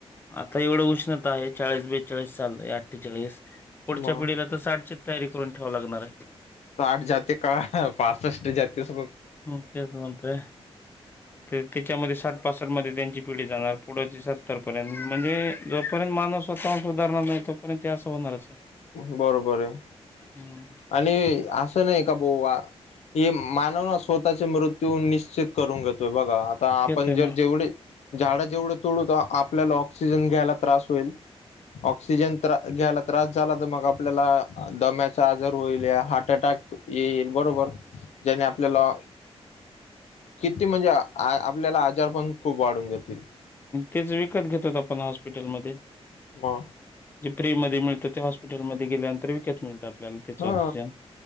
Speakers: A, on the left; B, on the left.
A: आता एवढं उष्णता आये चाळीस बेचाळीस चालय अठ्ठेचाळीस पुढच्या
B: मग
A: पिढीला तर साठशे तयारी करून ठेवा लागणार अये.
B: साठ जाते का पासष्ट जाते अस.
A: हम् तेच म्हणतोय ते त्याच्यामध्ये सा पासष्ट मध्ये त्यांची पिढी जाणार पुढची सत्तर पर्यंत म्हणजे जोपर्यंत मानस स्वतःहुण सुधारणार नायी तोर्यंत असं होणारच. आहे
B: बरोबर ये
A: हम्म
B: आणि अस नाही का बो आ हे मानव ना स्वतःचे मृत्यू निश्चित करून घेतोय बघा आता आपण
A: येतोय
B: जर
A: ना
B: जेवढे झाडं जेवढं तोडू तेवढ आपल्याला ऑक्सिजन घ्यायला त्रास होईल. ऑक्सिजन त्रा घ्यायला त्रास ला तर मग आपल्याला दम्याचा आजार होईल हार्ट अटॅक ये येईल बरोबर ज्याने आपल्याला किती म्हणजे आपल्याला आजार पण खूप वाढून जातील
A: तेच विकत घेतात आपण हॉस्पिटलमधे
B: <inaudible>
A: जे फ्री मधे मिळत ते हॉस्पिटलमध्ये गेल्यानंतर विकत मिळत आपल्याला त्याच
B: ह
A: ऑक्सिजन